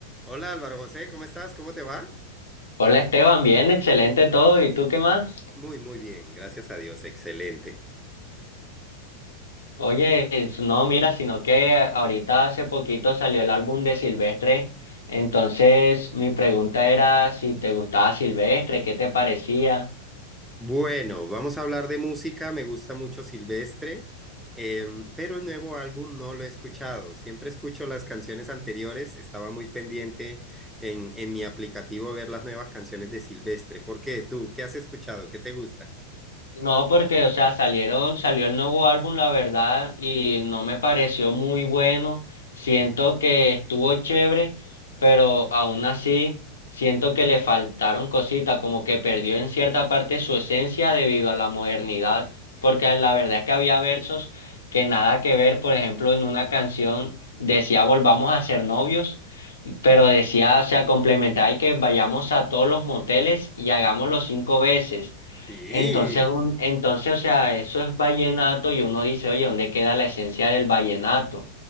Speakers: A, in the centre; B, on the left (about 70°).
A: Hola Álvaro José, ¿cómo estás? ¿Cómo te va?
B: Hola Esteban, bien, excelente todo. ¿Y tú qué más?
A: Muy, muy bien, gracias a Dios, excelente.
B: Oye, es- no, mira, sino que ahorita hace poquito salió el álbum de Silvestre. Entonces, mi pregunta era si te gustaba Silvestre, qué te parecía.
A: Bueno, vamos a hablar de música, me gusta mucho Silvestre, em, pero el nuevo álbum no lo he escuchado. Siempre escucho las canciones anteriores, estaba muy pendiente en, en mi aplicativo ver las nuevas canciones de Silvestre. ¿Por qué? ¿Tú qué has escuchado? ¿Qué te gusta?
B: No, porque, o sea, salieron, salió el nuevo álbum, la verdad, y no me pareció muy bueno. Siento que estuvo chévere, pero aún así siento que le faltaron cositas, como que perdió en cierta parte su esencia debido a la modernidad, porque la verdad es que había versos que nada que ver, por ejemplo, en una canción decía volvamos a ser novios. Pero decía, o sea, complementar y que vayamos a todos los moteles y hagámoslo cinco veces.
A: Sí.
B: Entonces, un, entonces, o sea, eso es vallenato y uno dice, oye, ¿dónde queda la esencia del vallenato?